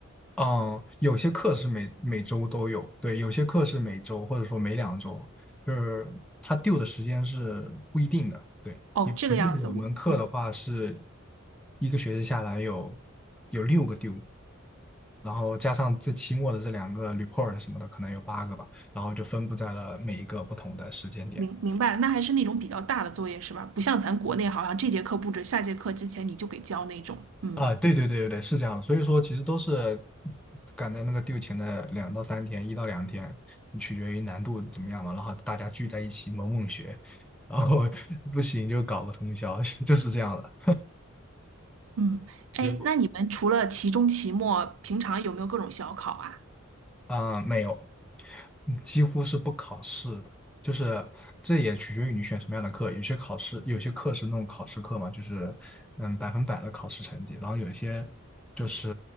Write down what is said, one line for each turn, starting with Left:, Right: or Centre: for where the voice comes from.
Centre: 嗯，有些课是每每周都有，对，有些课是每周或者说每两周，就是他丢的时间是不一定的。对，
Right: 哦，
Centre: 有我记得有门课的话是
Right: 这个样子，我哦。
Centre: 一个学期下来有有六个丢，然后加上最期末的这两个 report 什么的，可能有八个吧。然后就分布在了每一个不同的时间点。
Right: 明明白了，那还是那种比较大的作业是吧？不像咱国内，好像这节课布置，下节课之前你就给交那种。嗯
Centre: 啊，对对对对对，是这样的。所以说，其实都是赶在那个 due 前的两到三天，一到两天，取决于难度怎么样嘛。然后大家聚在一起猛猛学，然后 <laughs> 不行就搞个通宵，<laughs> 就是这样的。
Right: 嗯，哎，
Centre: 果。
Right: 那你们除了期中、期末，平常有没有各种小考啊？
Centre: 啊、没有，嗯几乎是不考试的，就是这也取决于你选什么样的课。有些考试，有些课是那种考试课嘛，就是嗯百分百的考试成绩，然后有一些就是